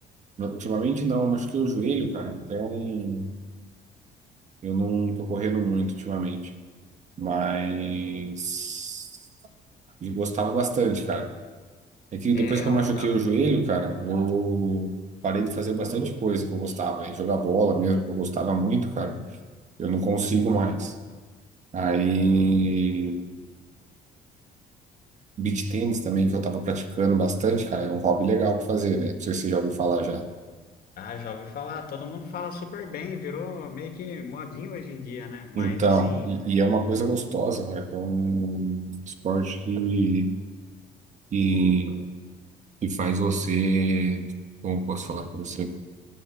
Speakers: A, on the right (about 45°); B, on the left (about 60°).
A: Ultimamente não, eu machuquei o joelho, cara. Então, Eu não tô correndo muito ultimamente, mas eu gostava bastante, cara. É que
B: É,
A: depois
B: é
A: que eu
B: um,
A: machuquei
B: é-
A: o joelho, cara, eu parei de fazer bastante coisa que eu gostava, e jogar bola mesmo, que eu gostava muito, cara. Eu não consigo mais. Aí, beach tennis também, que eu tava praticando bastante, cara, é um hobby legal pra fazer, velho. Não sei se você já ouviu falar já.
B: ah, já ouvi falar, todo mundo fala super bem, virou meio que modinho hoje em dia, né? Mas
A: Então,
B: assim,
A: e, e é uma coisa gostosa, cara, que é um esporte que, que que faz você, como eu posso falar para você,